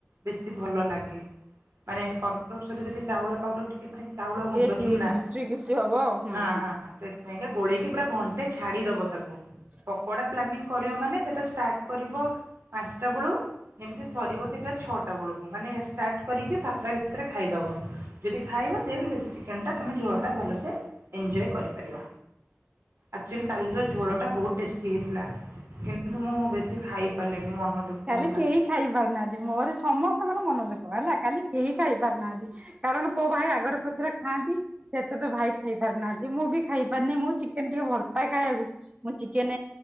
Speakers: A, on the right; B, on the right.
A: ବେଶୀ ଭଲ ଲାଗେ ମାନେ କର୍ଣଫ୍ଲୋର ସହିତ ଯଦି ଚାଉଳ ପାଉଡର ଟିକେ ମାନେ ଚାଉଳ
B: ଟିକେ
A: ଗୁଣ୍ଡ ଚୁନା
B: କ୍ରିସ୍ପି କ୍ରିସ୍ପି ହବ ଆଉ ହୁଁ
A: ହଁ
B: ହୁଁ
A: ହଁ ସେ ମାଇଁକା ଗୋଳକି ପୁରା ଘଣ୍ଟେ ଛାଡ଼ିଦବ ତାକୁ।
B: <inaudible>
A: ପ୍ଲାନିଙ୍ଗ କରିବ ମନେ ସେଟା ଷ୍ଟାର୍ଟ କରିବ ପାଞ୍ଚଟା ବେଳୁ ଯେମିତି ସରିବ ଛଅଟା ବେଳକୁ ମାନେ ଷ୍ଟାର୍ଟ କରିକି ସାତଟା ଭିତରେ ଖାଇଦବ। ଯଦି ଖାଇବ ଦେନ୍ ଦେଶୀ ଚିକେନଟା ତମେ ଝୋଳଟା ଭଲସେ ଏଞ୍ଜୟ କରିପାରିବ। ଏକ୍ଟୁଅଲି କାଲିର
B: ଆଛା
A: ଝୋଳ ଟା ବହୁତ ଟେଷ୍ଟି ହେଇଥିଲା କିନ୍ତୁ ମୁଁ ବେଶୀ ଖାଇ ପାରିଲିନି ମନ ଦୁଃଖ
B: କାଲି
A: ହେଲା।
B: କେହି ଖାଇ ପାରୁନାହାନ୍ତି ମୋର ସମସ୍ତେ ତାଙ୍କ ମନ ଦୁଃଖ ହେଲା କାଲି କେହି ଖାଇ ପାରୁନାହାନ୍ତି କାରଣ ତୋ ଭାଇ ଆଗରେ ପଛରେ ଖାଆନ୍ତି ସେତ ଭାଇ ଖାଇ ପାରନାହାନ୍ତି ମୁଁ ବି ଖାଇ ପାରିନି ମୁଁ ଚିକେନ ଟିକେ ଭଲ ପାଏ ଖାଇବାକୁ ମୁଁ ଚିକେନ